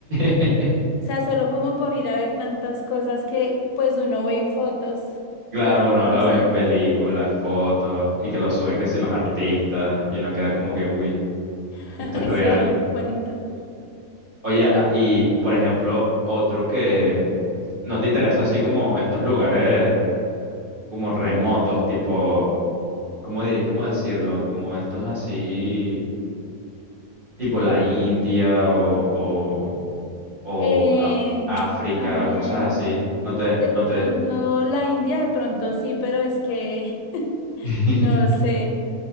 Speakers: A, on the right (about 35°); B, on the left (about 80°).
A: <laughs>
B: O sea, solo como por ir a ver tantas cosas que pues uno ve en fotos,
A: Claro,
B: ir a
A: uno
B: conocer,
A: lo ve en películas, fotos y que lo suben que si los artistas y uno queda como que, uy,
B: <laughs>
A: esto es
B: eso
A: real.
B: es muy bonito.
A: Oye, a- y por ejemplo, otro que no te interesa así como estos lugares como remotos, tipo, ¿cómo dir- cómo decirlo? Como estos así, tipo la India o, o, o
B: Eh,
A: a- África,
B: también,
A: cosas así. No te, no
B: de pronto,
A: te.
B: la India, de pronto sí, pero es que,
A: <laughs>
B: no sé,